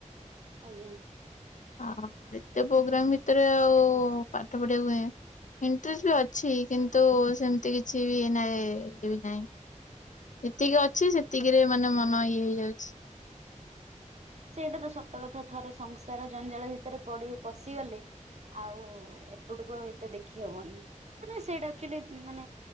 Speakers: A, on the right (about 55°); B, on the left (about 70°).
A: ଆଜ୍ଞା।
B: ଆଉ ଏତେ ପ୍ରୋଗ୍ରାମ ଭିତରେ ଆଉ ପାଠ ପଢିବାକୁ ଏଁ ଇଣ୍ଟରେଷ୍ଟ ବି ଅଛି କିନ୍ତୁ
A: ହଁ ହଁ।
B: ସେମତି କିଛି ବି ଇଏ ବି ନାହିଁ। ଯେତିକି ଅଛି ସେତିକି ରେ ମାନେ ମନ ଇଏ ହେଇଯାଉଛି।
A: ସେଇଟା ତ ସତ କଥା ଥରେ ସଂସାର ଜଞ୍ଜାଳ ଭିତରେ ପଡି ପଶିଗଲେ ଆଉ ଏପଟକୁ ଆଉ ଏତେ ଦେଖି ହବନି। ମାନେ ସେଇଟା ଆକ୍ଚୁଲି ମାନେ